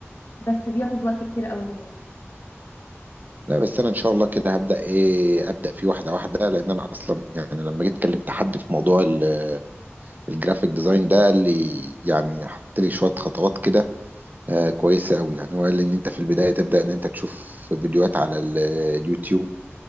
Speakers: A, on the left; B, on the right.
A: بس بياخد وقت كتير قوي مني
B: لا بس انا ان شاء الله كده هبدا ايه ابدا فيه واحده واحده لان انا اصلا يعني لما جيت كلمت حد في موضوع ال- الجرافيك ديزاين ده قال لي يعني حط لي شويه خطوات كده آه كويسه قوي يعني هو قال لي ان انت في البدايه تبدا ان انت تشوف فيديوهات على ال- اليوتيوب